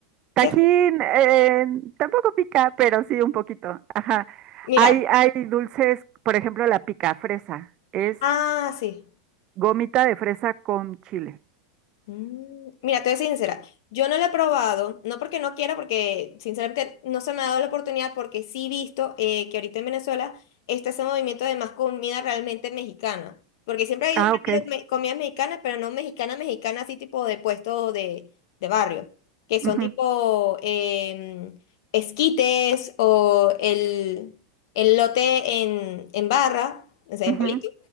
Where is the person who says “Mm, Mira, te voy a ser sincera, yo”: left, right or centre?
Left